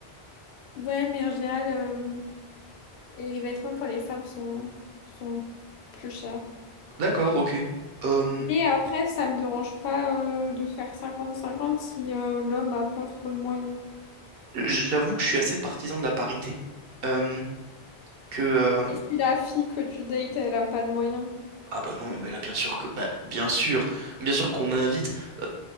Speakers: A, on the left; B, on the right.
A: Ouais mais en général euh, les vêtements pour les femmes sont, sont plus chers.
B: D'accord, ok. Euh,
A: Mais après ça me dérange pas euh, de faire cinquante cinquante si euh, l'homme a pas trop de moyens.
B: j'avoue que je suis assez partisan de la parité. Euh, que euh,
A: Et si la fille que tu dates elle a pas de moyens.
B: ah bah non, mais là bien sûr que bah bien sûr, bien sûr qu'on invite. euh,